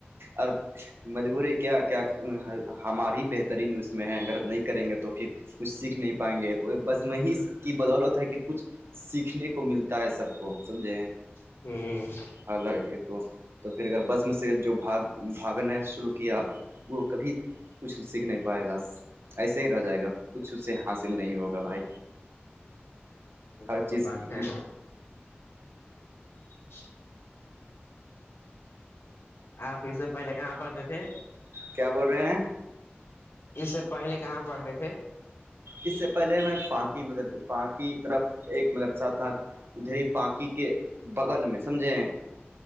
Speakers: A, on the right; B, on the left.
A: اور مجبوری کیا کیا ہماری ہی بہترین اس میں ہے اگر نہیں کریں گے تو پھر کچھ سیکھ نہیں پائیں گے اور بزمحیش کی بدولت ہے کہ کچھ سیکھنے کو ملتا ہے سب کو سمجھیں
B: ہوں
A: ہر لڑکے کو تو پھر اگر بزم سے جو بھاگ بھاگنا شروع کیا وہ کبھی کچھ سیکھ نہیں پائے گا ایسے ہی رہ جائے گا کچھ اس سے حاصل نہیں ہوگا بھائی
B: وہ
A: ہر
B: تو
A: چیز
B: بات
A: کی
B: ہے
A: ہاں
B: سات <inaudible> آپ اس سے پہلے کہاں پڑھتے تھے
A: کیا بول رہے ہیں
B: اس سے پہلے کہاں پڑھتے تھے
A: اس سے پہلے میں پ کی مدر پاک کی طرف ایک مدرسہ تھا ادری پانکی کے بغل میں سمجھے